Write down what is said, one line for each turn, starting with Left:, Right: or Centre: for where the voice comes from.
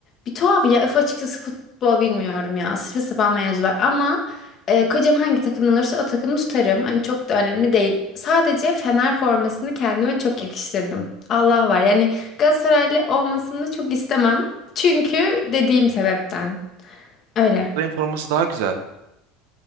Left: bir tuhaf ya. Öf açıkçası futbol bilmiyorum ya. Saçma sapan mevzular. Ama e, kocam hangi takımdan olursa o takımı tutarım. Hani çok da önemli değil. Sadece Fener formasını kendime çok yakıştırdım. Allah var. Yani Galatasaraylı olmasını çok istemem. Çünkü dediğim sebepten. Öyle.
Right: Galatasaray'ın forması daha güzel.